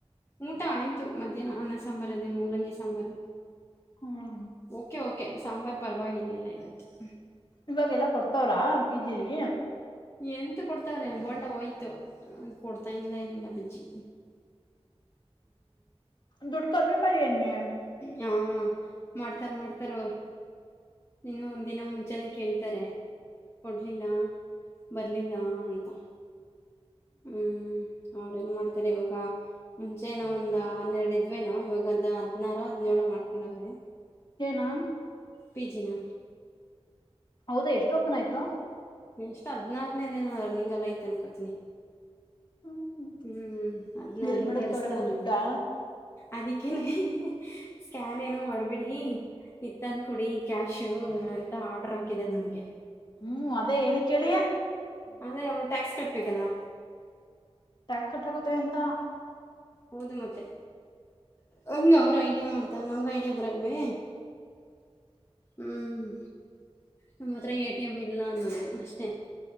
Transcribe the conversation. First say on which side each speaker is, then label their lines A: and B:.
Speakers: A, on the left; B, on the left.
A: ಊಟಾ ಆಯ್ತು ಮಧ್ಯಾಹ್ನ ಅನ್ನ ಸಾಂಬಾರ್ ಅದೇ ಮೂಲಂಗಿ ಸಾಂಬಾರು.
B: ಹ್ಮ್
A: ಓಕೆ ಓಕೆ ಸಾಂಬಾರ್ ಪರವಾಗಿವಾಗಿರ್ಲಿಲ್ಲ ಇವತ್ <inaudible>
B: ಇವಾಗೆಲ್ಲಾ ಕೊಡ್ತವ್ರಾ ಪಿ ಜಿಲಿ
A: ಎಂತ ಕೊಡ್ತಾವ್ರೆ ಬೋಂಡಾ ಹೋಯ್ತು ಅ ಕೊಡ್ತಾ ಇಲ್ಲ ಏನ್ ಇಲ್ಲ ಬಜಿ
B: ದುಡ್ ಕಮ್ಮಿ ಮಾಡಿ ಅನ್ನಿ
A: ಹಾಂ ಮಾಡ್ತಾರೆ ಮಾಡ್ತಾರೆ ಅವರು ಇನ್ನ ಒಂದಿನ ಮುಂಚಾನೇ ಕೇಳ್ತಾರೆ ಕೊಡಲಿಲ್ಲಾ ಬರಲಿಲ್ಲಾ ಅಂತಾ. ಹ್ಮ್ ಹೌ ಏನ್ ಮಾಡ್ತಾರೆ ಇವಾಗಾ ಮುಂಚೆ ನೋ ಒಂದ್ ಹನ್ನೆರಡು ಇದ್ವೇನೋ ಇವಾಗ ಅದ್ ಹದ್ನಾರು ಹದ್ನೇಳು ಮಾಡ್ಕೊಂಡವ್ರೇ.
B: ಏನ
A: ಪಿ ಜಿ ನಾ
B: ಹೌದಾ ಎಷ್ ಟೋಪ್ನ್ ಆಯ್ತು
A: ಇಷ್ಟು ಹದ್ನಾರನೇ ದೇನ ರನ್ನಿಂಗ್ ಎಲ್ಲಾ ಐತ ಅನ್ಕೋತನಿ.
B: ಹ್ಮ್
A: ಹ್ಮ್ ಅದ್ನಾರು
B: ಎಲ್ ಮಾಡಕ್ತವ್ರಕ್ಕ
A: ನಡೆಸ್ತಾವ್ರೇ
B: ದುಡ್ಡಾ
A: ಅದಕ್ಕೇನೆ ಸ್ಕ್ಯಾನ್ ಏನು ಮಾಡ್ಬಿಡಿ ಇತ್ತಂದ ಕೊಡಿ ಕ್ಯಾಶ್ ಶೂ ಎಂತ ಆರ್ಡರ್ ಹಾಕಿದ್ದಾರೆ ನಮಗೆ
B: ಹ್ಮ್ ಅದೇ ಏನಕ್ ಕೇಳಿ
A: ಅದೆ ಅವು ಟ್ಯಾಕ್ಸ್ ಕಟ್ ಬೇಕಲ್ಲಾ.
B: ಟ್ಯಾಕರ್ಟಕತ ಎಂತಾ
A: ಹೌದು ಮತ್ತೆ ಹಂಗ ಅವರು ಐಡಿಯಾ ಮಾಡ್ತಾರ ನಮ್ಗೆ ಐಡಿಯಾ ಬರಲ್ವೇ ಹ್ಮ್ ನಮ್ಮತ್ರ ಏಟ್. ಟಿಮ್ ಇಲ್ಲಾ ಅನ್ನೋದು ಅಷ್ಟೇ.